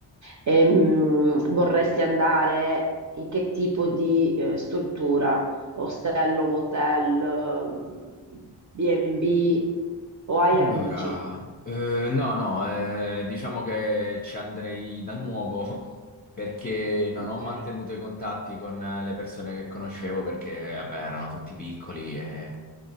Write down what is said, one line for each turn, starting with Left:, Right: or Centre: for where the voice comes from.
Right: Ehm, vorresti andare in che tipo di eh, struttura? Ostello, motel, ehm, B&B? O hai
Left: allora,
Right: amici?
Left: eh, no, no, eh, diciamo che ci andrei da nuovo <laughs> perché non
Right: Ok,
Left: ho mantenuto i contatti con le persone che conoscevo perché, vabbè, erano tutti piccoli e